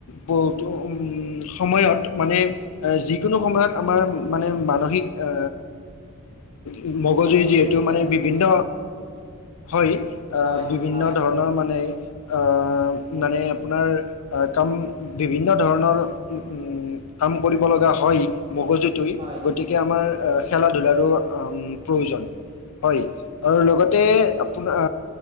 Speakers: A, on the left (about 70°); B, on the right (about 25°).
A: বহুতো উম সময়ত মানে যিকোনো সময়ত আমাৰ মানে মানসিক এ উম মগজুৱে
B: চাপটো
A: যিহেতু
B: ঠিক
A: মানে
B: নাথাকে
A: বিভিন্ন হয় অহ
B: হয়
A: বিভিন্ন
B: হয়
A: ধৰণৰ মানে অহ মানে আপোনাৰ অহ কাম বিভিন্ন ধৰণৰ উম উম কাম কৰিব লগা হয় মগজুটোই গতিকে
B: হয়
A: গতিকে আমাৰ খেলা ধূলাৰো প্ৰয়োজন হয় আৰু
B: হয়
A: লগতে তে আপোনাৰ